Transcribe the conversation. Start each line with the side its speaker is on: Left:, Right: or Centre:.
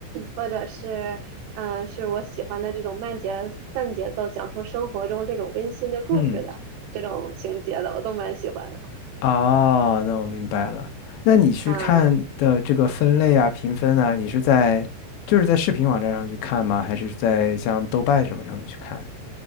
Right: 或者是嗯、呃是我喜欢的这种慢节慢节奏，讲述生活中这种温馨的故事的这种情节的，
Left: 嗯，
Right: 我都蛮喜欢的
Left: 哦，那我明白了。那你去看的这个分类啊、
Right: 啊。
Left: 评分啊，你是在就是在视频网站上去看吗？还是在像豆瓣什么上面去看？